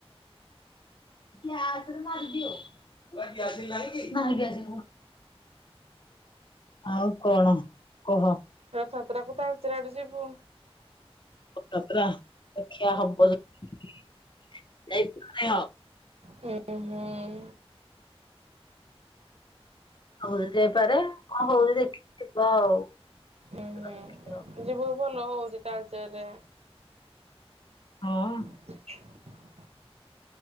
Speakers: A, on the left; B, on the right.
A: ଗ୍ୟାସରେ ମାରି ଦିଅ ଦିଆସିଲି ନାହିଁକି ନାହିଁ ଦିଆସିଲି। ଆଉ କଣ କୁହ?
B: ରଥାତ୍ରା କତାଳଚରଡେ ଯିବୁ।
A: ଯାତ୍ରା ଦେଖିଆ ହବ ଯଦି <unintelligible>
B: ହୁଁ ହୁଁ।
A: ହଉ ଯାଇପାରେ କଣ ହଉଛି ଦେଖିକି ଯିବା ଆଉ।
B: ଉଁ ହୁଁ
A: ଦେଖିବା।
B: ଯିବୁ ଭଲ ହଉଛି ତାଲଚରରେ।
A: ହଁ।
B: ଛ <unintelligible>